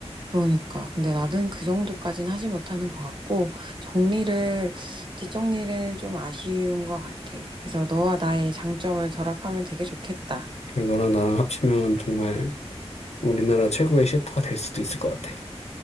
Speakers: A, on the right; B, on the left.
A: 그러니까. 근데 나는 그 정도까진 하지 못하는 것 같고, 정리를, 뒷정리는 좀 아쉬운 것 같아. 그래서 너와 나의 장점을 결합하면 되게 좋겠다.
B: 그래, 너랑 나랑 합치면 정말 우리나라 최고의 셰프가 될 수도 있을 것 같아.